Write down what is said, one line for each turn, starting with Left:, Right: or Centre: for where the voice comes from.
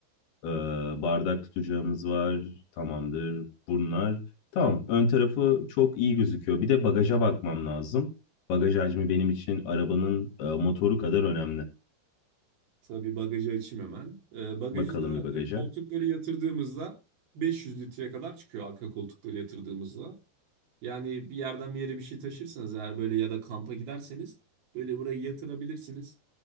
Left: Ee, bardak tutacağımız var. Tamamdır. Bunlar. Tamam. Ön tarafı çok iyi gözüküyor. Bir de bagaja bakmam lazım. Bagaj hacmi benim için arabanın e, motoru kadar önemli.
Right: Tabii bagajı açayım hemen. Ee, bagajı
Left: Bakalım
Right: da
Left: bir bagaja.
Right: e, koltukları yatırdığımızda 500 litreye kadar çıkıyor arka koltukları yatırdığımızda. Yani bir yerden bir yere bir şey taşırsanız eğer böyle ya da kampa giderseniz böyle burayı yatırabilirsiniz.